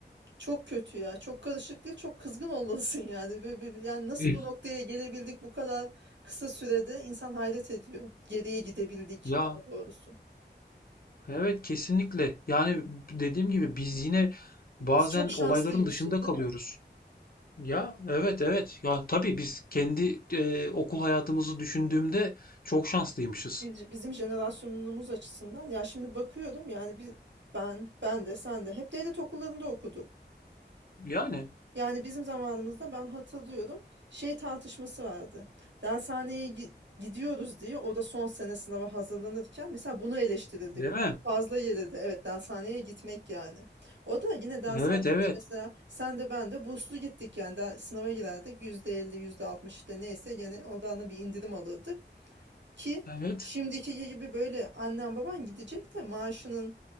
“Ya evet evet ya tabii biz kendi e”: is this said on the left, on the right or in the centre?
Left